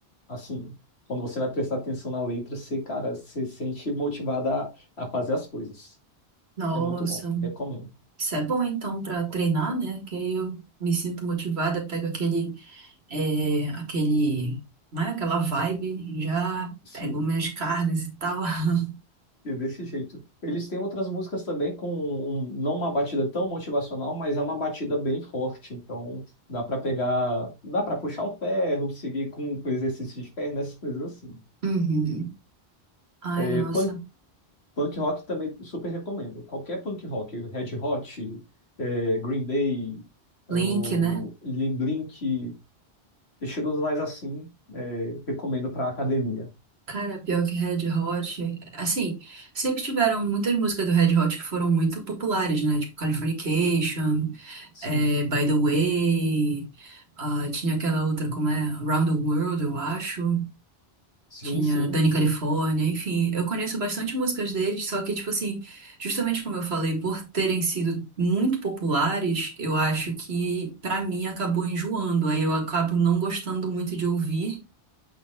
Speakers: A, on the left; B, on the right.
A: Assim, quando você vai prestar atenção na letra, você, cara, você sente motivada a, a fazer as coisas.
B: Nossa,
A: É muito bom. Recomendo.
B: isso é bom então pra treinar, né? Que aí eu me sinto motivada, pego aquele, é, aquele, né? Aquela vibe, já
A: Sim.
B: pego minhas carnes e tal. <laughs>
A: E desse jeito. Eles têm outras músicas também com um- não uma batida tão motivacional, mas é uma batida bem forte. Então dá para pegar, dá para puxar o ferro, seguir com com exercício de perna, essas coisas assim.
B: Uhum. Ai,
A: É,
B: nossa.
A: punk, punk rock também super recomendo. Qualquer punk rock, Red Hot, é, Green Day, ou
B: Link, né?
A: Li- Blink, estilos mais assim, é, recomendo para academia.
B: Cara, pior que Red Hot, assim, sempre tiveram muitas músicas do Red Hot que foram muito populares, né? Tipo Californication,
A: Sim,
B: eh, By the Way, ah, tinha aquela outra, como é? Round the World, eu acho.
A: sim,
B: Tinha
A: sim.
B: Dani California, enfim. Eu conheço bastante músicas deles, só que, tipo assim, justamente como eu falei, por terem sido muito populares, eu acho que, pra mim, acabou enjoando. Aí eu acabo não gostando muito de ouvir.